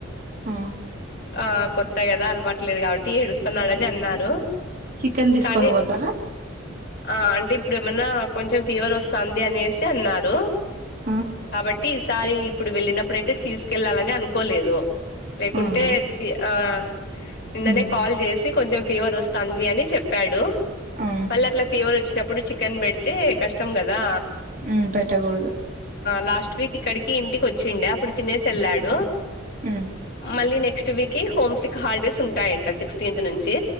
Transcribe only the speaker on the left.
ఆ కొత్త కదా అలవాట్లేదు కాబట్టి ఏడుస్తున్నాడు అని అన్నారు
కానీ
ఆ అంటే ఇప్పుడు ఏమన్నా కొంచెం ఫీవర్ వస్తాంది అనేసి అన్నారు
కాబట్టి ఈసారి ఇప్పుడు వెళ్ళినప్పుడుయితే తీసుకెళ్ళాలని అనుకోలేదు లేకుంటే
ఆ నిన్ననే
కాల్ జేసి కొంచెం ఫీవర్ వస్తాంది అని చెప్పాడు
మళ్ళ అట్లా ఫీవర్ వచ్చినప్పుడు చికెన్ పెడితే కష్టం కదా
లాస్ట్ వీక్ ఇక్కడికి ఇంటికి వచ్చిండే అప్పుడు తినేసి వెళ్ళాడు
మళ్ళీ నెక్స్ట్ వీక్ హోమ్సిక్ హాలిడేస్ ఉంటాయంట సిక్స్టీన్త్ నుంచి